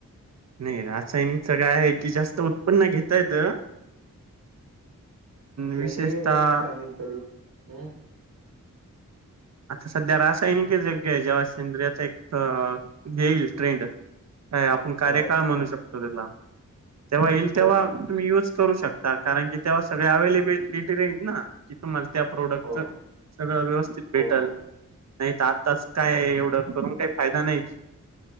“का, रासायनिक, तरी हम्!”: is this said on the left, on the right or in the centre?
Right